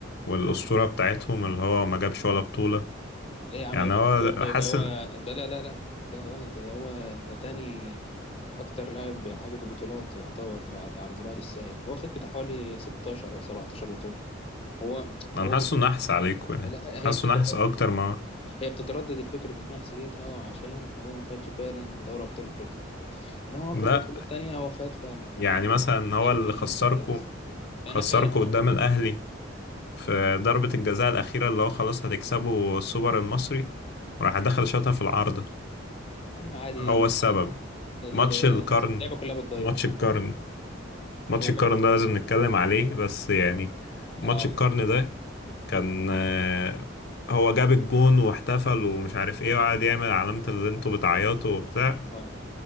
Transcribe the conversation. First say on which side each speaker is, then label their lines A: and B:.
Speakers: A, on the left (about 55°); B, on the left (about 30°).
A: والأسطورة بتاعتهم اللي هو ما جابش ولا بطولة
B: ليه يا عم
A: يعني
B: لعيب شرف
A: هو
B: طويلة ايه
A: حاسس
B: ده هو ده لا لا لا ده غلط ده هو ده تاني أكتر لاعب حقق بطولات يعتبر بعد عبد الواحد السيد هو واخد بتاع حوالي 16 أو 17 بطولة هو هو
A: أنا حاسه
B: بت...
A: نحس عليكم يعني
B: لا
A: حاسه
B: هي بتتر...
A: نحس أكتر ما
B: هي بتتردد الفكرة النحس ديت اه عشان هو ما خدش فعلا دوري أبطال أفريقيا إنما هو
A: لا
B: كبطولات تانية هو خد فعلا
A: يعني
B: خد
A: مثلا
B: دوري
A: هو اللي خسركو
B: كاس أنا
A: خسركو
B: فاهم اه
A: قدام الأهلي في ضربة الجزاء الأخيرة اللي هو خلاص هتكسبوا السوبر المصري وراح دخل شاطها في العارضة
B: يا عم عادي
A: هو
B: إنت-
A: السبب
B: ال-
A: ماتش القرن
B: اللعبة كلها بتضيع
A: ماتش القرن ماتش
B: وما-
A: القرن ده لازم نتكلم عليه بس يعني ماتش
B: اه
A: القرن ده كان آه، هو جاب الجون واحتفل ومش عارف ايه وقعد يعمل علامة اللي انتوا بتعيطوا وبتاع
B: اه